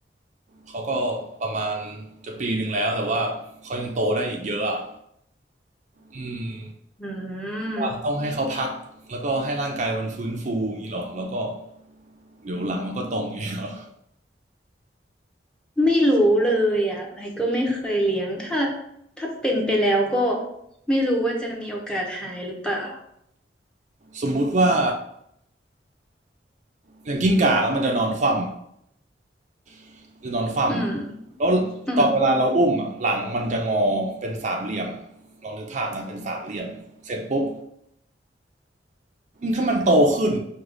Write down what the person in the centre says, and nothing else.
อื
ม
ไม่รู้เลยอ่ะไอก็ไม่เคยเลี้ยงถ้าถ้าเป็นไปแล้วก็ไม่รู้ว่าจะมีโอกาสหายหรือเปล่า
อืมอืม